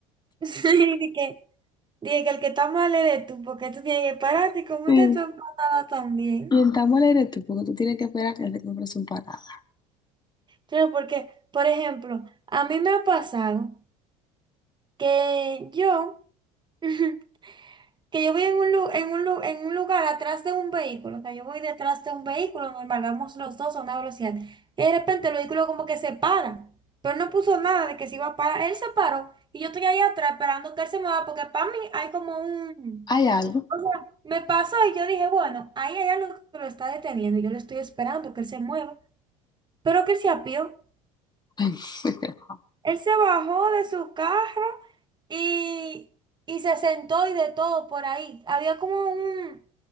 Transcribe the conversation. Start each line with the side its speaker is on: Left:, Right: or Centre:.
Right: Sí, Dije que el que está mal eres tú, porque tú tienes que pararte y comerte
Left: Sí.
Right: tu empanada también.
Left: intentamos leer tú, porque tú tienes que esperar que él se compre su empanada.
Right: Claro, porque, por ejemplo, a mí me ha pasado que yo, <laughs> que yo voy en un, lu- en un, lu- en un lugar atrás de un vehículo, o sea, yo voy detrás de un vehículo normal, vamos los dos a una velocidad, y de repente el vehículo como que se para, pero no puso nada de que se iba a parar, él se paró, y yo estoy ahí atrás esperando que él se mueva, porque para mí hay como un...
Left: ¿Hay algo?
Right: O sea, me pasó y yo dije, bueno, ahí hay algo que lo está deteniendo y yo lo estoy esperando que él se mueva, pero que él se apió.
Left: <laughs>
Right: Él se bajó de su carro y, y se sentó y de todo por ahí. Había como un,